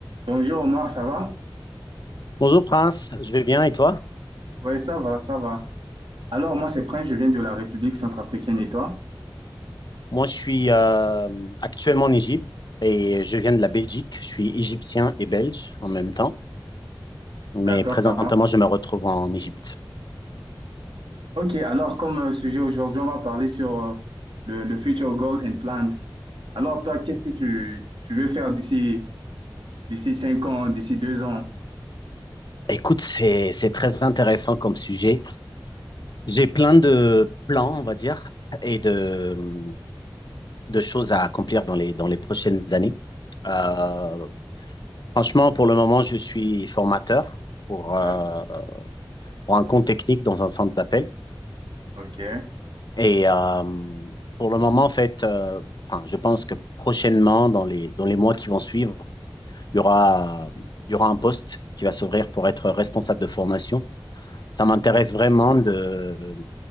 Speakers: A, on the right (about 80°); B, on the left (about 55°).
A: Bonjour Omar, ça va?
B: Bonjour Prince, je vais bien et toi?
A: Oui, ça va, ça va. Alors moi c'est Prince, je viens de la République centrafricaine et toi?
B: Moi je suis euh, actuellement en Égypte et je viens de la Belgique. Je suis égyptien et belge en même temps, mais
A: D'accord,
B: présentement
A: ça marche.
B: je me retrouve en Égypte.
A: Ok, alors comme euh, sujet aujourd'hui, on va parler sur euh, le, le Future Goal and Plans. Alors toi, qu'est-ce que tu, tu veux faire d'ici d'ici cinq ans, d'ici deux ans?
B: Écoute, c'est c'est très intéressant comme sujet. J'ai plein de plans, on va dire, et de de choses à accomplir dans les dans les prochaines années. Euh,
A: Ok,
B: franchement, pour le moment, je suis formateur pour euh,
A: d'ac-
B: pour un compte technique dans un centre d'appel.
A: ok.
B: Et euh, pour le moment, en fait, euh, enfin, je pense que prochainement, dans les, dans les mois qui vont suivre, il y aura, il y aura un poste qui va s'ouvrir pour être responsable de formation. Ça m'intéresse vraiment de,